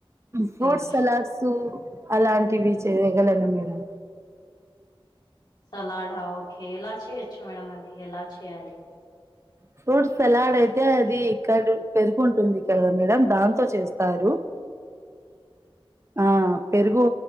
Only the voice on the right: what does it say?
ఫ్రూట్
సలాడ్సు అలాంటివి చేయగలను మేడం
ఫ్రూట్ సలాడ్ అయితే అది ఇక్కడ పెరుగుంటుంది. కదా మేడం దాంతో చేస్తారు
ఆ పెరుగు